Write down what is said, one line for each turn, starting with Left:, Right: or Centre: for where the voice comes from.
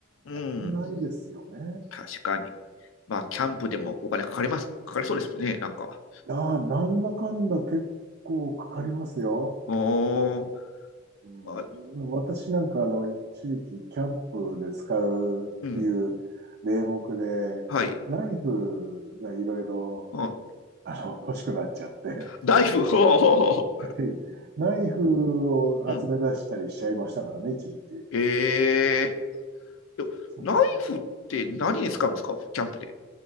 Left: うん、うん
Right: ないですよね。
Left: 確かに。まあ、キャンプでもお金かかります、かかりそうですもんね、なんか。
Right: いやー、なんだかんだ結構かかりますよ。
Left: うん、お
Right: う
Left: ーあ、
Right: ん、私なんかあの、一時期キャンプで使うっていう名目で、
Left: うん、はい。
Right: ナイフがいろいろ、
Left: うん
Right: あの、欲しくなっちゃって、
Left: ナイフ、ほうほうほ
Right: <laughs> ナイフを集め出したりしちゃいましたからね、
Left: うん。うん。
Right: 一時期。
Left: ええでナイフって何に使うんですかキャンプで。
Right: そう